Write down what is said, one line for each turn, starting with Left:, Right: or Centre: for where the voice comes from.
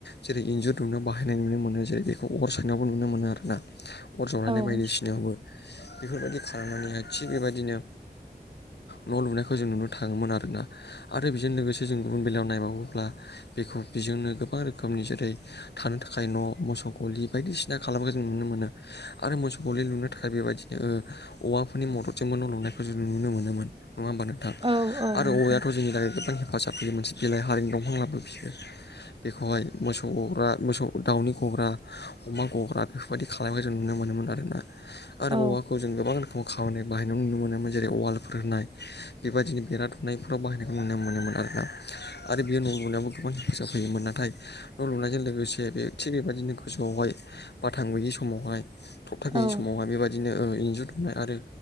Left: जेरै इन्जुर दुमनो बाहायनाय नुनो मोनो जेरै बेखौ अर सायनायावबो नुनो मोनो आर ना। अर जारायनाय
Right: औ
Left: बायदिसिनायावबो बेफोरबायदि खालामनानैहाय थिग बेबायदिनो न' लुनायखौ जों नुनो थाङोमोन आरोना। आरो बेजों लोगोसे जों गुबुन बेलायाव नायबावोब्ला बेखौ बेजोंनो गोबां रोखोम रोखोमनि जेरै थानो थाखाय न' मोसौ गलि बायदिसिना खालामखौ जों नुनो मोनो। आरो मोसौ गलि लुनो थाखाय बेबायदिनो औवाफोरनि मददजोंबो न' लुनायखौ जों नुनो मोनोमोन। नङा होमनबा नों थां
Right: औ औ
Left: आरो
Right: नोंथां
Left: औवायाथ' जोंनि थाखाय गोबां हे हेफाजाब होयो मोनसे बिलाइ हारिनि दंफां लाबो बिसोर बेखौहाय मोसौ गग्रा मोसौ दाउनि गग्रा अमा गग्रा बेफोरबायदि खालामनायखौ जों नुनो मोनोमोन आरोना। आरो
Right: औ
Left: ओवाखौ जों गोबां रोखोम खामानि बाहायनाय नुनो मोनोमोन। जेरै वालफोर होनाय बेबायदिनो बिरा दुम ननायफोराव बाहायनायखौ नुनो मोनोमोन आरोना आरो बेयो न' लनायावबो गोबां फसााब फैयोमोन नाथाय न' लुनायजों लोगोसे बे थि बेबायदिनो गोजौआवहाय बाथां गैयि समावहाय थप्था
Right: औ
Left: गैयि समावहाय बेबायदिनो इन्जुर दुमनाय आरो